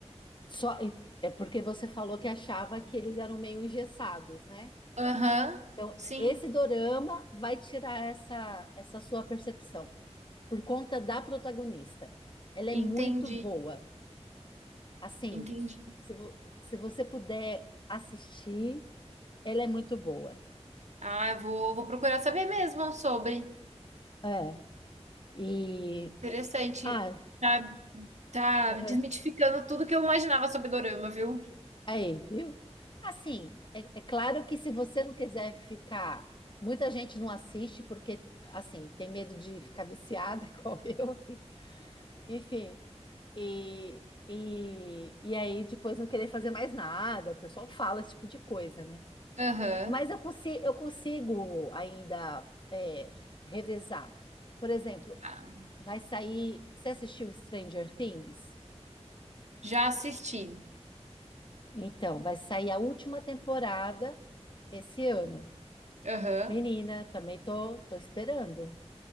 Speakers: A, on the left; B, on the right.
A: Só é porque você falou que achava que eles eram meio engessados, né?
B: Aham.
A: Então,
B: Sim,
A: esse dorama vai tirar essa essa sua percepção por conta da protagonista. Ela
B: entendi.
A: é muito boa. Assim,
B: Entendi.
A: se, vo- se você puder assistir, ela é muito boa.
B: Ah, eu vou, vou procurar saber mesmo sobre.
A: É. E.
B: Interessante.
A: Ah,
B: Tá, tá
A: aham.
B: desmitificando tudo que eu imaginava sobre Dorama, viu?
A: Aí, viu? Assim, é, é claro que se você não quiser ficar. Muita gente não assiste porque, assim, tem medo de ficar viciada, <laughs> igual eu, assim. Enfim, e, e, e aí depois não querer fazer mais nada. O pessoal fala esse tipo de coisa, né?
B: Aham.
A: Mas eu consigo, eu consigo ainda é, revezar. Por exemplo,
B: Ah,
A: vai sair. Você assistiu Stranger Things?
B: já assisti.
A: Então, vai sair a última temporada esse ano.
B: Aham.
A: Menina, também tô, tô esperando.